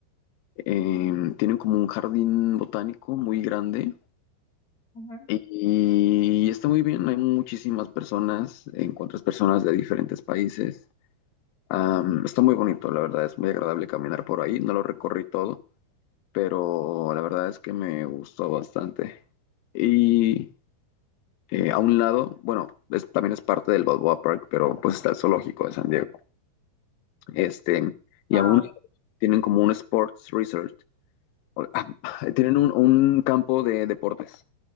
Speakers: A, on the left; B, on the left.
A: eh, tienen como un jardín botánico muy grande
B: Ujú.
A: Y está muy bien, hay muchísimas personas, encuentras personas de diferentes países. Am, está muy bonito, la verdad, es muy agradable caminar por ahí. No lo recorrí todo, pero la verdad es que me gustó bastante. Y eh, a un lado, bueno, es- también es parte del Balboa Park, pero pues está el zoológico de San Diego. Este, y
B: Ah,
A: a un lado
B: ok.
A: tienen como un sports resort, o- <laughs> tienen un, un campo de deportes.